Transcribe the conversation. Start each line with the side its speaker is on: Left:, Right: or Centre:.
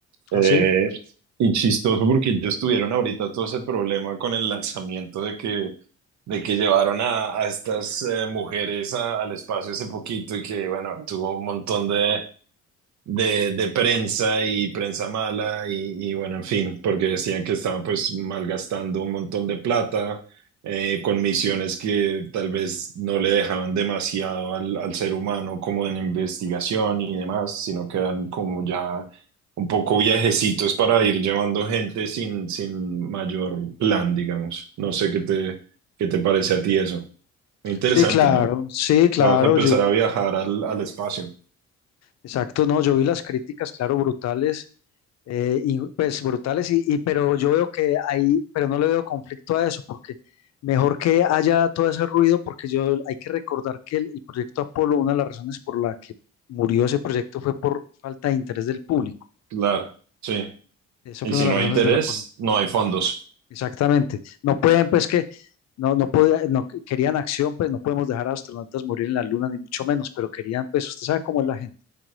Right: Eh,
Left: ¿Ah, sí?
Right: y chistoso porque ellos tuvieron ahorita todo ese problema con el lanzamiento de que, de que llevaron a, a estas eh, mujeres a- al espacio hace poquito y que, bueno, tuvo un montón de, de, de prensa y prensa mala y, y bueno, en fin, porque decían que estaban pues malgastando un montón de plata eh, con misiones que tal vez no le dejaban demasiado al, al ser humano como en investigación y demás, sino que eran como ya un poco viajecitos para ir llevando gente sin, sin mayor plan, digamos. No sé qué te, qué te parece a ti eso. Interesante,
Left: Sí, claro,
Right: ¿no?
Left: sí, claro.
Right: Vamos a empezar
Left: Yo,
Right: a viajar al, al espacio.
Left: Exacto, no, yo vi las críticas, claro, brutales, eh, y, pues brutales, y, y- pero yo veo que ahí, pero no le veo conflicto a eso, porque mejor que haya todo ese ruido, porque yo hay que recordar que el, el proyecto Apolo, una de las razones por la que murió ese proyecto fue por falta de interés del público.
Right: Claro, sí.
Left: Esa
Right: Y
Left: fue
Right: si
Left: una de
Right: no
Left: las razones
Right: hay interés,
Left: del Apolo.
Right: no hay fondos.
Left: Exactamente. No pueden, pues que, no, no podía- no que- querían acción, pues no podemos dejar a astronautas morir en la luna, ni mucho menos, pero querían, pues, usted sabe cómo es la gente.